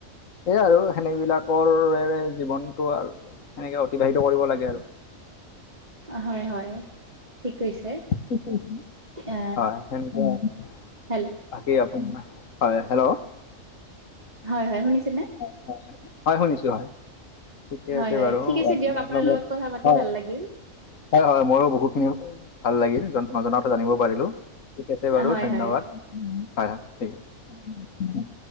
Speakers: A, on the left; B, on the right.
A: সেয়াই আৰু সেনে বিলাকৰ ৰেৰেৰে', জীৱনটো আৰু সেনেকে অতিবাহিত কৰিব লাগে আৰু',
B: অহ', -হয় - হয়', ঠিক কৈছে
A: কি কৰিছা? হয়,
B: অ,
A: হয় নেকি অহ',
B: হেল্ল'
A: বাকী আপোনাৰ, হয়, হেল্ল',
B: হয় - হয়, শুনিছে নে?
A: হেল্ল', অ', হয়, হয় শুনিছোঁ হয়', ঠিকে
B: হয়
A: আছে
B: হয়
A: বাৰু,
B: ঠিক আছে
A: আপোনাৰ
B: দিয়ক
A: লগত
B: পাতি
A: কথা',
B: ভাল লাগিল
A: হয় - হয় মোৰো বহুখিনি এই ভাল লাগিল জন', নজনাওঁতো জানিব পাৰিলোঁ, ঠিক আছে বাৰু
B: হয়
A: ধন্যবাদ,
B: হয়
A: হয় - হয় ঠিক আছে', উমউম',